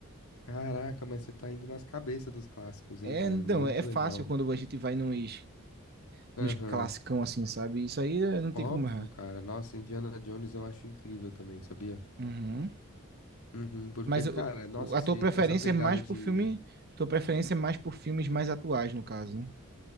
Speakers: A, on the left (about 80°); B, on the right (about 45°).
A: Caraca, mas você tá indo nas cabeças dos clássicos,
B: É,
A: hein, velho?
B: então,
A: Muito
B: é fácil
A: legal.
B: quando a gente vai nos
A: Aham.
B: nos classicão, assim, sabe? Isso aí eh, não tem
A: Óbvio,
B: como errar.
A: cara. Nossa, Indiana Jones eu acho incrível também, sabia?
B: Uhum.
A: Uhum, porque,
B: Mas
A: cara,
B: o-
A: nossa,
B: o- a
A: se,
B: tua preferência
A: essa pegada
B: é mais por
A: de
B: filme. Tua preferência é mais por filmes mais atuais, no caso, né?